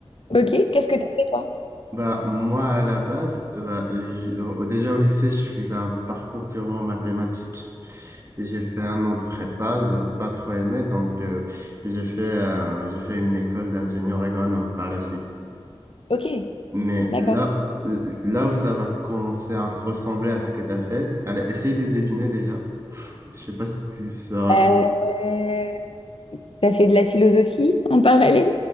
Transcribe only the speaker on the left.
Ok, qu'est-ce que t'as fait toi?
Ok,
d'accord.
Euh,
t'as fait de la philosophie en parallèle?